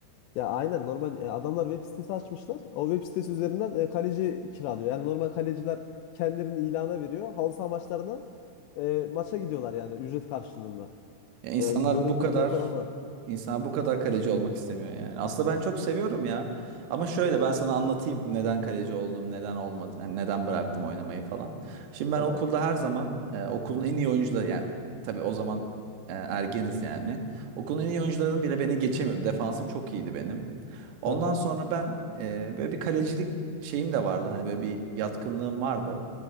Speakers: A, on the left; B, on the right.
A: Ya aynen normal e, adamlar web sitesi açmışlar. O web sitesi üzerinden e, kaleci kiralıyor. Yani normal kaleciler kendilerini ilana veriyor. Halı saha maçlarına e, maça gidiyorlar yani ücret karşılığında.
B: Ya insanlar
A: Ya böyle
B: bu kadar
A: durumlar falan var.
B: insan bu kadar kaleci olmak istemiyor yani. Aslında ben çok seviyorum ya. Ama şöyle ben sana anlatayım neden kaleci oldum, neden olmadı, yani neden bıraktım oynamayı falan. Şimdi ben
A: Aha.
B: okulda her zaman e, okulun en iyi oyuncuları yani tabii o zaman e, ergeniz yani. Okulun en iyi oyuncularının bile beni geçemiyordu. Defansım çok iyiydi benim. Ondan
A: Aha.
B: sonra ben e, böyle bir kalecilik şeyim de vardı. Hani böyle bir yatkınlığım vardı.